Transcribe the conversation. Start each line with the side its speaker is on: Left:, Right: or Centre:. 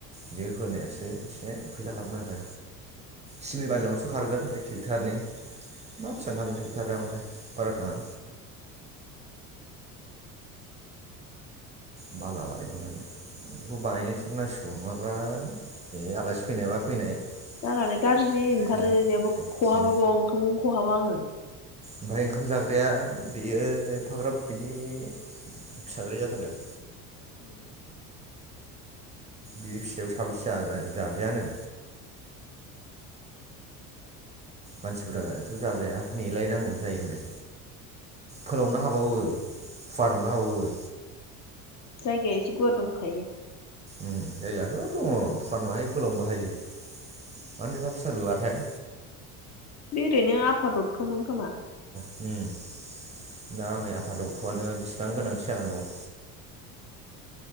Right: बिदि होनायासो एसे फैसा खारगोन आरो सिमि बालावसो खारगोन ओमफाय ट्रेक्टरनि मा बेसेबां थांगोन ट्रेक्टरलाय बारा थाङा बाला बायनो मोनो बेखौ बानायथारनांसिगौ नङाबा बे आलासि फैनाय मा फैनाय
Left: जानालाय गाज्रि
Right: आदसा
Left: <unintelligible> खहाब ओंखाम खहाबा आङो
Right: ओमफ्राय ओंखाम जाग्राया बेयो एफाग्राब बिदि फिसाज्राय जाथारदों
Left: ओम
Right: बि फिसायाव साबैसे जाजानो जाजायानो। मानसिफोराथ' जाजाया नेलायनांगौ जायो फोलावनो हाबावो फुवारनोबो हाबावो।
Left: जायगाया एसे गुवार दंखायो।
Right: ओम जायगायाथ' दङ फुवारनोबो हायो फोलावनोबो हायो मानो ऐफा फिसा लुवाथाय
Left: बे ओरैनो आफा द <unintelligible> खोमा
Right: ओम दा हनै आफादक्थ'आनो बेसेबां गोनांथि जानानै दं।